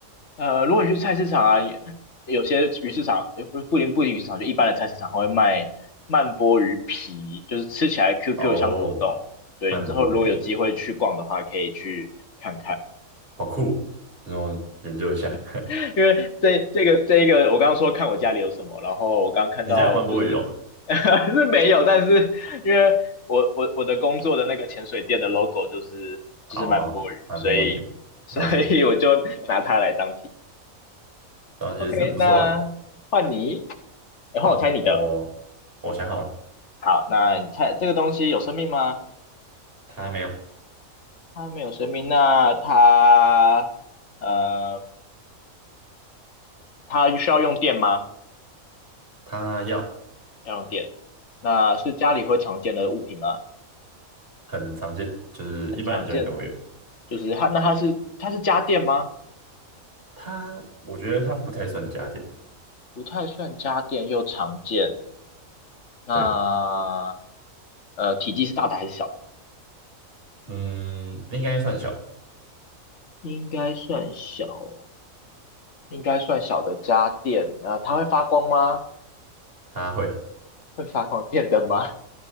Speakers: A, on the left; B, on the right.
A: 呃，如果你去菜市场啊，有有些鱼市场，呃不不仅不仅鱼市场，就一般的菜市场会卖慢波鱼皮，就是吃起来 QQ
B: 哦。
A: 像果冻。对，
B: 曼波鱼皮，
A: 你之后如果有机会去逛的话，可以去看看。
B: 好酷哦那我研究一下。
A: <laughs> 因为这这个这一个，我刚刚说看我家里有什么，然后我刚刚看到就是
B: <laughs> 你家有曼波鱼哦？
A: <laughs> 是没有，但是因为我我我的工作的那个潜水店的 logo 就是就是曼波鱼，
B: 哦，曼波鱼，
A: 所以所以我就拿它来当题。
B: 了解，然后也是不错啦。
A: OK，那换你，诶换我猜你的。
B: 然后我我想好了，
A: 好，那你猜这个东西有生命吗？
B: 他没有，
A: 它没有生命，那它呃它需要用电吗？
B: 他要
A: 要用电。那是家里会常见的物品吗？
B: 很常见，就是一般人家里都会有。
A: 很常见，就是它，那它是它是家电吗？
B: 它我觉得它不太算家电，
A: 不太算家电，又常见。那
B: 对，
A: 呃，体积是大的还是小的？
B: 嗯，应该算小，
A: 应该算小哦应该算小的家电。呃，它会发光吗？
B: 它会
A: 会发光，电灯吗？